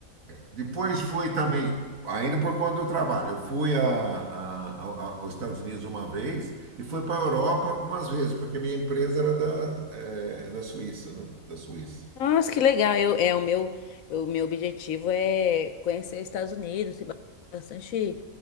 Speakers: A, on the right; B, on the left.
A: Depois fui também, ainda por conta do trabalho. Eu fui a- a- a- aos Estados Unidos uma vez e fui para a Europa algumas vezes, porque minha empresa era da, eh, na Suíça, né? Da Suíça.
B: Nossa, que legal. Eu, é, o meu, o meu objetivo é conhecer os Estados Unidos. Tem bastante